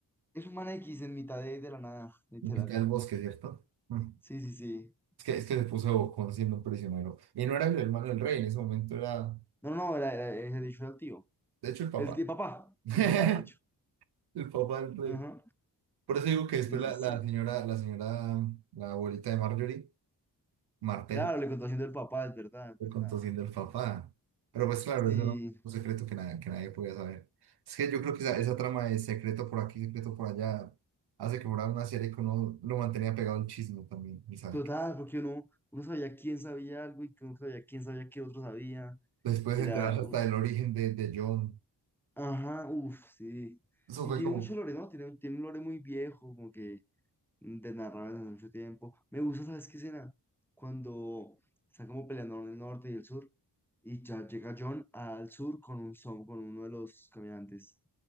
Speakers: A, in the centre; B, on the right.
A: Es un man X en mitad de, de la nada, literal.
B: La que está en el bosque, ¿cierto? Mm.
A: Sí, sí, sí.
B: Es que, es que se puso bocón siendo prisionero. Y no era el hermano del rey, en ese momento era,
A: No, no, no, era, era, era dicho al tío.
B: de hecho, el papá.
A: El tío papá,
B: <laughs>
A: el papá, de hecho.
B: El papá del rey.
A: Ajá.
B: Por eso digo que después
A: Sí,
B: la,
A: sí, sí.
B: la señora, la señora, la abuelita de Marjorie, Martel,
A: Claro, le contó haciendo el papá, es verdad, es
B: lo
A: verdad.
B: contó siendo el papá. Pero pues claro,
A: Sí,
B: eso era un secreto que, nadie- que nadie podía saber. Es que yo creo que esa, esa trama de secreto por aquí, secreto por allá, hace que fuera una serie que uno lo mantenía pegado al chisme también, y sabe
A: total,
B: que-
A: porque uno, uno sabía quién sabía algo y que uno sabía quién sabía qué otro sabía.
B: Después
A: Era,
B: de enterarse hasta
A: u-
B: del origen de, de John,
A: ajá, uff, sí.
B: eso
A: Y
B: fue
A: tiene
B: como...
A: mucho lore, ¿no? Tiene, tiene un lore muy viejo, como que de narrar desde hace mucho tiempo. Me gusta, ¿sabes qué escena? Cuando están como peleando en el norte y el sur, y ya llega John al sur con un son, con uno de los caminantes,